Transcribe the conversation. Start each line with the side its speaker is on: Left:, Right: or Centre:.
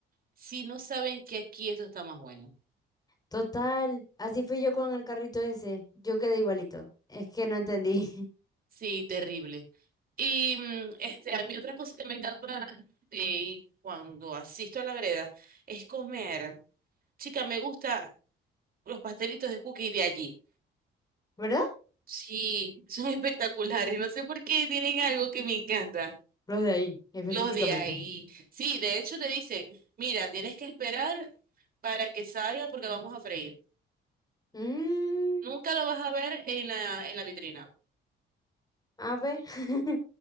Right: si no saben que aquí esto está más bueno?
Left: Total, así fui yo con el carrito ese. Yo quedé igualito. Es que no entendí. <laughs>
Right: Sí, terrible. Y mm, este, a mí otra cosa que me encanta eh, cuando asisto a la vereda es comer. Chica, me gusta los pastelitos de cookie de allí.
Left: ¿Verdad?
Right: Sí, <laughs> son espectaculares. No sé por qué tienen algo que me encanta.
Left: Los de ahí, específicamente.
Right: Los de ahí. Sí, de hecho te dicen, mira, tienes que esperar para que salga porque vamos a freír.
Left: Mm,
Right: Nunca lo vas a ver en la, en la vitrina.
Left: a ver. <laughs>